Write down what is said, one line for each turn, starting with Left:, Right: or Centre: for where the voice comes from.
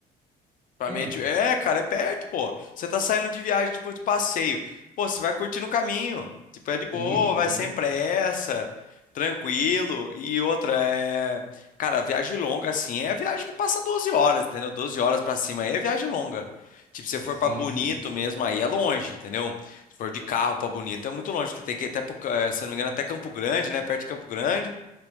Left: Pra
Right: É,
Left: mim, é, tipo- é, cara, é perto, pô. Você tá saindo de viagem, tipo, de passeio. Pô, você vai curtindo o caminho. Tipo, é de boa,
Right: e isso,
Left: vai
Right: né?
Left: sem pressa, tranquilo. E outra, é... Cara, viagem longa, assim, é viagem que passa 12 horas, entendeu? 12 horas pra cima aí é viagem longa. Tipo, se for
Right: Sim,
Left: pra Bonito
Right: sim.
Left: mesmo, aí é longe, entendeu? Se for de carro pra Bonito, é muito longe, que tem que ir até, pro ca- eh, se eu não me engano, até Campo Grande, né? Perto de Campo Grande.